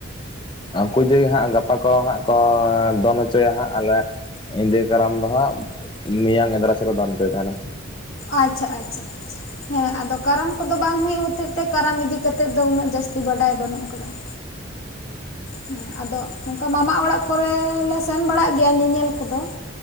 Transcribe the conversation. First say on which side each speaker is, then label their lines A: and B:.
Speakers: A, on the left; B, on the left.
A: ᱠᱩᱫᱟᱹᱭ ᱦᱟᱸᱜ ᱜᱟᱯᱟ ᱠᱚ ᱦᱟᱸᱜ ᱠᱚ ᱫᱚᱱ ᱦᱚᱪᱚᱭᱟ ᱦᱟᱸᱜ ᱟᱞᱮ ᱮᱫᱮ ᱠᱟᱨᱟᱢ ᱫᱚ ᱦᱟᱸᱜ ᱢᱮᱭᱟᱝ ᱮᱫᱽᱨᱟ ᱥᱮᱫ ᱠᱚ ᱫᱚᱱ ᱦᱚᱪᱚᱭ ᱛᱟᱦᱮᱱᱟ᱾
B: ᱟᱪᱪᱷᱟ, ᱟᱪᱪᱷᱟ, ᱟᱪᱪᱷᱟ ᱦᱮᱸ ᱟᱫᱚ ᱠᱟᱨᱟᱢ ᱠᱚᱫᱚ ᱵᱟᱝ ᱦᱩᱭᱩᱜ ᱦᱚᱛᱮᱡ ᱛᱮ ᱠᱟᱨᱟᱢ ᱤᱫᱤ ᱠᱟᱛᱮᱜ ᱫᱚ ᱩᱱᱟᱹᱜ ᱡᱟᱹᱥ ᱛᱤ ᱵᱟᱰᱟᱭ ᱵᱟᱹᱱᱩᱜ ᱠᱟᱫᱟ ᱾ ᱦᱮᱸ ᱟᱫᱚ ᱱᱚᱝᱠᱟ ᱢᱟᱢᱟ ᱚᱲᱟᱜ ᱠᱚᱨᱮ ᱞᱮ ᱥᱮᱱ ᱵᱟᱲᱟᱜ ᱜᱮᱭᱟ ᱧᱮᱧᱮᱞ ᱠᱚᱫᱚ ᱾